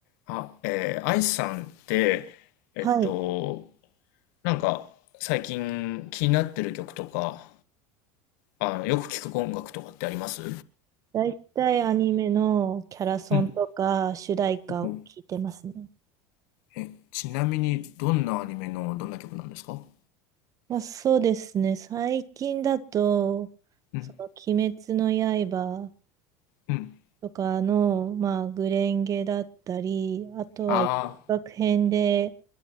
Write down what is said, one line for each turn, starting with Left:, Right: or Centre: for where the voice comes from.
Left: あ、えー、アイさんって、えっと、
Right: はい。
Left: なんか、最近気になってる曲とか、あの、よく聞く音楽とかってあります
Right: だいたいアニメのキャラソンとか主題歌を聞いてますね。
Left: うん。ほほえ、ちなみに、どんなアニメのどんな曲なんですか
Right: まあ、そうですね。最近だと、
Left: うん、
Right: その、鬼滅の刃
Left: うん。
Right: とかの、まあ、グレンゲだったり、あとは、
Left: あ
Right: 学編で